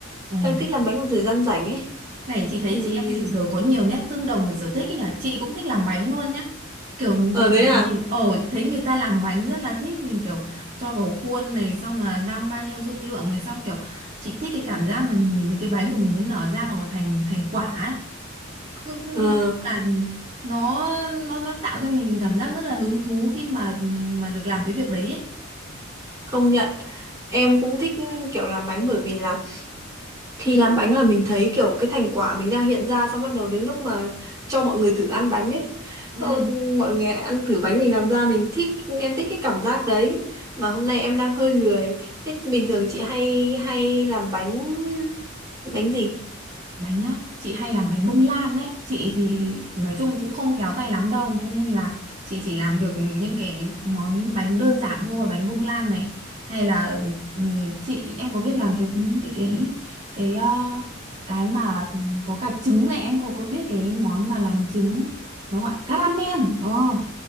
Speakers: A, on the right; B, on the right.
A: Ồ,
B: đang thích làm bánh một thời gian rảnh ấy
A: này chị thấy
B: Thì-
A: chị em mình kiểu có nhiều nét tương đồng về sở thích ấy nhỉ chị cũng thích làm bánh luôn nhá kiểu,
B: ờ thế
A: kiểu
B: à
A: nhìn ồ thấy người ta làm bánh rất là thích nhìn kiểu cho vào khuôn này xong là đong bao nhiêu dung lượng này xong kiểu chị thích cái cảm giác mà nhìn thấy cái bánh của mình nó nở ra hoặc là thành thành quả ấy. Cứ- cứ
B: ờ,
A: nói chung là nó nó nó tạo cho mình cảm giác rất là hứng thú khi mà mà được làm cái việc đấy ấy.
B: công nhận em cũng thích kiểu làm bánh bởi vì là Thì làm bánh là mình thấy kiểu cái thành quả mình đang hiện ra xong bắt đầu đến lúc mà cho mọi người thử ăn bánh ấy.
A: Ừ.
B: Ôi, Mọi người ăn thử bánh mình làm ra mình thích em thích cái cảm giác đấy mà hôm nay em đang hơi lười. Thế bình thường chị hay hay làm bánh bánh gì?
A: bánh á chị hay làm bánh bông lan đấy chị thì nói chung cũng không khéo tay lắm đâu cho nên là chị chỉ làm được những cái món bánh đơn giản thôi bánh bông lan này hay là ừm, chị em có biết làm cái cái cái cái ờ, cái mà có cả trứng này em có có biết cái món mà làm trứng nó gọi caramel ờ